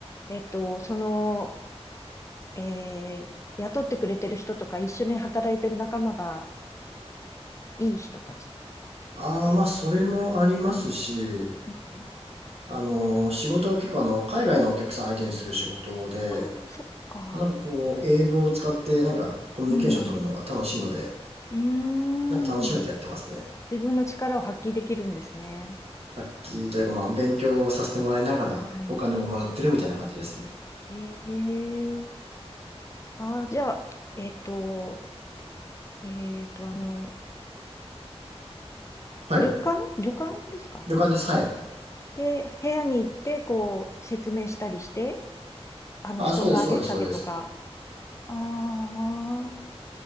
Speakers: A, on the left; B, on the right.
A: えっと、その、えー雇ってくれてる人とか、一緒に働いてる仲間がいい人たち
B: ああ、
A: です。
B: まあ、それもありますし、
A: うん
B: あの、仕事は結構あの、海外のお客さん相手にする仕事で、
A: ああ、そっか。
B: まあなんかこう、英語を使ってなんかコミュニケーション取るのが楽しいので、
A: うん。うーん。
B: なんか楽しめてやってますね。
A: 自分の力を発揮できるんですね。
B: 楽器というかまあ、勉強させてもらいながらお金ももらってるみたいな感じですね。
A: はい。ええああ、じゃあ、えっと、えっと、あの、
B: はい。
A: 旅館旅館ですか
B: いう感じです。はい。
A: で、部屋に行って、こう、説明したりして、あの、
B: あ、
A: 布団の上げ下げとか、
B: そうです、そうです、そうです。
A: ああ